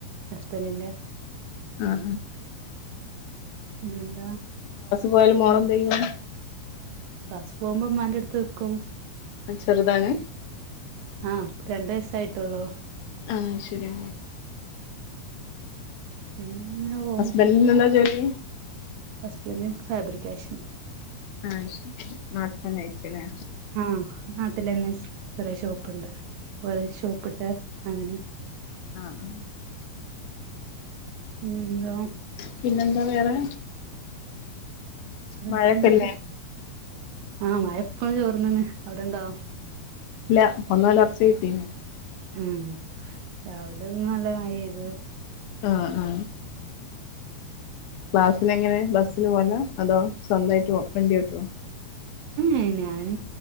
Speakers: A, on the right; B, on the left.
A: ഹസ്ബറ്റിന്റെ
B: ആ ആ
A: പിന്നെന്താ
B: പോയാൽ മോൾ എന്തെയ്യും
A: ബസ് പോകുമ്പോ ഉമ്മന്റെടുത്ത് നിക്കും
B: ചെറുതാണ്
A: ആ രണ്ട് വയസായിട്ടേള്ളൂ
B: ആ ശരിയ
A: പിന്നെ അങ്ങനെ പോവും
B: ഹസ്ബൻറ്റിന് എന്താ ജോലി
A: ഹസ്ബൻഡ് ഫാബ്രിക്കേഷൻ
B: ആ നാട്ട തന്നെ <unintelligible> ആയിരിക്കില്ലേ
A: ആ നാട്ടിലന്നെ ചെറിയ ഷോപ്പുണ്ട് ഷോപ്പിട്ട് <unintelligible> അങ്ങനെ
B: ആ ആ
A: എന്ത
B: പിന്നെന്താ വേറെ
A: അന്തൊക്കെ
B: മഴയൊക്കെല്ലേ
A: ആ മഴ ഇപ്പം ചോർന്ന്ണ് അവിടെണ്ടോ
B: ഇല്ല ഇപ്പൊന്നലർച്ച കട്ടീണ്
A: ഉം രാവിലെ ഒന്ന് നല്ല മഴയ്‌ത്
B: ആ ആ ക്ലാസിന് എങ്ങനെ ബസിന് പോവലാ അതോ സ്വന്തായിട്ട് വണ്ടി ഓട്ടോ
A: ഏ ഞാന്